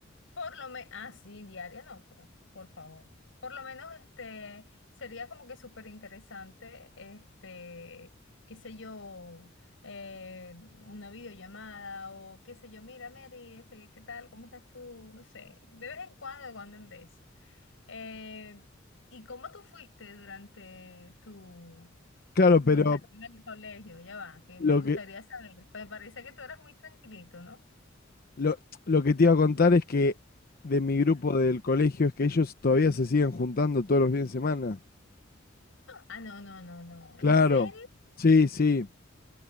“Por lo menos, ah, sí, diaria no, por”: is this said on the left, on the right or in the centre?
Left